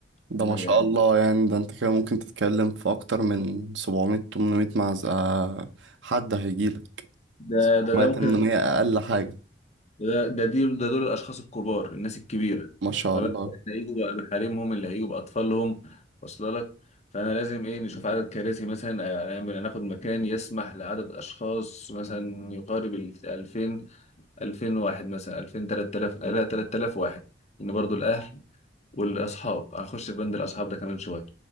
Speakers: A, on the right (about 75°); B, on the left (about 40°).
A: ده
B: من
A: ما
B: غير-
A: شاء
B: يعني
A: الله يعني ده انت كده ممكن تتكلم في اكتر من 700 800 معزة حد هيجيلك
B: ده
A: 700
B: ده ده
A: 800
B: ممكن ده
A: اقل حاجة
B: ده دي ده دول الأشخاص الكبار الناس الكبيرة
A: ما شاء
B: ما
A: الله
B: بالك بقى اللي هيجوا بقى بحريمهم اللي هيجوا بأطفالهم واصل لك فأنا لازم إيه نشوف عدد كراسي مثلا آه، نعمل- ناخد مكان يسمح لعدد أشخاص مثلا يقارب ال 2000 2000 واحد مثلا 2000 3000 لا 3000 واحد ان برضو الاهل والاصحاب هنخش في بند الاصحاب ده كمان شويه